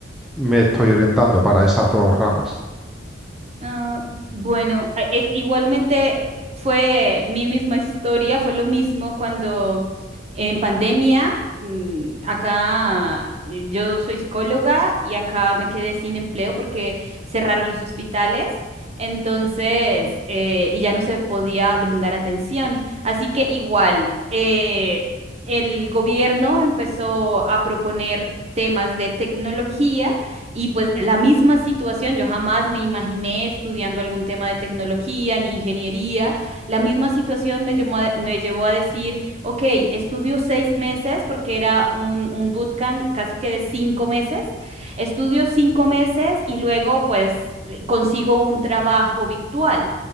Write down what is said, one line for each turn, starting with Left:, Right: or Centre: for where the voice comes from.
Centre: me estoy orientando para esas dos ramas.
Right: Ah, bueno, a- e- igualmente eh, fue mi misma historia, fue lo mismo cuando en pandemia, mm, acá eh, yo soy psicóloga y acá me quedé sin empleo porque cerraron los hospitales, entonces, eh, y ya no se podía brindar atención. Así que igual, eh, el gobierno empezó a proponer temas de tecnología y pues la misma situación, yo jamás me imaginé estudiando algún tema de tecnología ni ingeniería. La misma situación me llevó a, me llevó a decir, ok, estudio seis meses porque era un, un bootcamp casi que de cinco meses. Estudio cinco meses y luego pues consigo un trabajo virtual